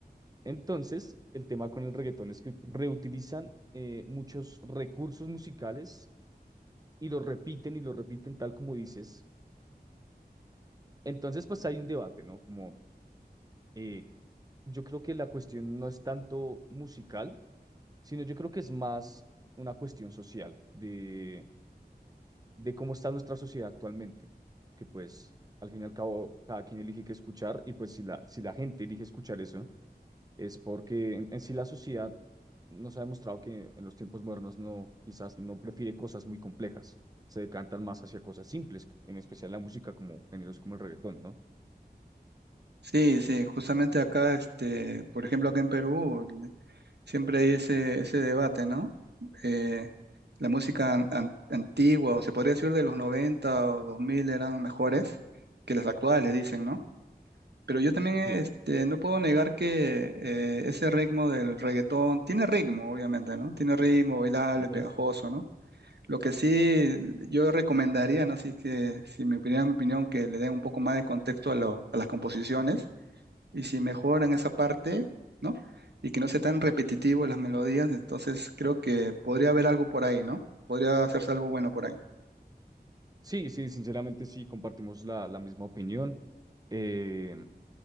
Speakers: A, on the right; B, on the right.
A: Entonces, el tema con el reggaetón es que reutilizan eh, muchos recursos musicales y lo repiten y lo repiten tal como dices. Entonces, pues hay un debate, ¿no? Como eh, yo creo que la cuestión no es tanto musical, sino yo creo que es más una cuestión social de, de cómo está nuestra sociedad actualmente, que pues al fin y al cabo cada quien elige qué escuchar y pues si la, si la gente elige escuchar eso, es porque en, en sí la sociedad nos ha demostrado que en los tiempos modernos no, quizás no prefiere cosas muy complejas, se decantan más hacia cosas simples, en especial la música como géneros como el reggaetón, ¿no?
B: Sí, sí, justamente acá, este, por ejemplo, acá en Perú, Siempre hay ese, ese debate, ¿no? Eh, la música an- an- antigua, o se podría decir de los 90 o 2000 eran mejores que las actuales, dicen, ¿no? Pero yo también
A: Sí,
B: este, no puedo negar que eh, ese ritmo del reggaetón tiene ritmo, obviamente, ¿no? Tiene ritmo, bailable,
A: ujú.
B: pegajoso, ¿no? Lo que sí yo recomendaría, ¿no? Si es que, si me opinión, mi opinión, que le den un poco más de contexto a, lo- a las composiciones y si mejoran esa parte, ¿no? Y que no sea tan repetitivo las melodías, entonces creo que podría haber algo por ahí, ¿no? Podría hacerse algo bueno por ahí. <laughs>
A: Sí, sí, sinceramente sí, compartimos la, la misma opinión. Eh,